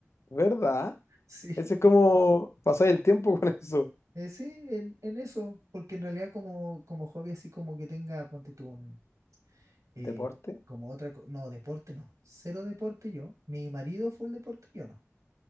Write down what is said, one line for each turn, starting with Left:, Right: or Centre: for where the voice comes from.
Left: ¿verdad?
Right: Sí,
Left: Ese es como pasar el tiempo <laughs> con eso.
Right: eh, sí, en, en eso, porque en realidad como, como hobby así como que tenga, ponte tú un... eh,
Left: Deporte,
Right: como otra, co- no, deporte no, cero deporte yo, mi marido full deporte yo no.